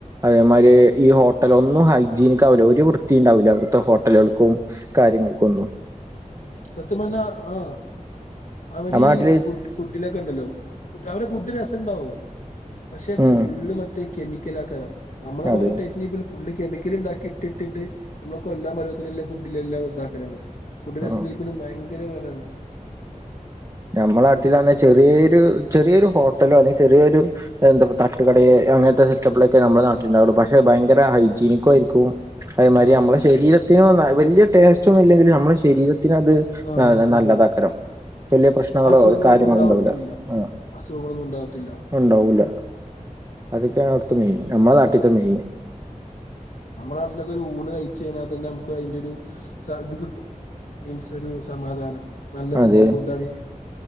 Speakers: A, on the right (about 25°); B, on the left (about 70°).
A: അതേമാതിരി ഈ ഹോട്ടലോ ഒന്നും ഹൈജീനിക്ക ആവില്ല ഒരു വൃത്തിയും ഉണ്ടാവില്ല അവിടുത്തെ ഹോട്ടലുകൾക്കും കാര്യങ്ങൾക്ക് ഒന്നും
B: സത്യം പറഞ്ഞാ ആഹ് അവര്
A: നമ്മ
B: ഈ
A: നാട്ടില്
B: ഫുഡ് ഫുഡിലെ ക്കെ ഉണ്ടല്ലോ ഫുഡ് അവരെ ഫുഡ് രസം ഉണ്ടാവും പക്ഷെ ഫുള്ള്
A: ഉം
B: മ റ്റേ കെമിക്കൽ ആയ്ക്കാരം നമ്മളെ
A: അതെ
B: പോല ടേസ്റ്റ് ഉണ്ടെങ്കി പിന്നെ ഫുള്ള് കെമിക്കല് ഉണ്ടാക്കി ഇട്ട് ഇട്ട് ഇട്ട് നമ്മളെ കൊല്ലാൻ വരെത്തിലുള്ള ഫുഡ്ല് എല്ലാം ഇതാക്കലാണ് ഫുഡ് രസം
A: ആ
B: ഉണ്ടങ്കിപ്പോലും ഭയങ്കര വിലയാണല്ലോ
A: ഞമ്മളെ നട്ടിലാണേൽ ചെറ്യേ ഒരു ചെറിയൊരു ഹോട്ടലോ അല്ലെങ്കി ചെറിയൊരു എന്താപ്പ തട്ടുകടയേ അങ്ങനത്തെ ഇതൊക്കെ ഇവടെ ഒക്കെ നമ്മളെ നാട്ടില് ഉണ്ടാവുള്ളു പക്ഷെ ഭയങ്കര ഹൈജീനിക്കും ആയിരിക്കും അതേ മാതിരി
B: ആഹ്
A: നമ്മളെ ശരീരത്തിനും വല്ല്യ ടേസ്റ്റ് ഒന്നും ഇല്ലെങ്കിലും നമ്മളെ ശരീരത്തിന് അത്
B: ആഹ്
A: നല്ല
B: അതെ
A: നല്ലത് അയ്ക്കാരം വല്ല്യ
B: ആഹ്
A: പ്രശ്നങ്ങളോ
B: അസുഖങ്ങളൊന്നും
A: കാര്യങ്ങളൊ
B: ഉണ്ടാവത്തൂല്ല
A: ഉണ്ടാവൂല ആഹ്
B: അസുഖങ്ങളൊന്നും ഉണ്ടാവത്തില്ല
A: ഉണ്ടാവൂല്ല അതൊക്കെയാണ് അവിടുത്തെ മെയിൻ നമ്മളെ നാട്ടിൽത്തെ മെയിൻ
B: നമ്മളെ നാട്ടിലൊക്കെ ഒരു ഊണ് കഴിച്ച് കഴിഞ്ഞാ തന്നെ നമുക്ക് അയിന്റെ ഒരു സ ഇത് കിട്ടും മീൻസ് ഒരു സമാധാനം നല്ല
A: അതെ
B: ഫുഡ് ഫുഡാണ്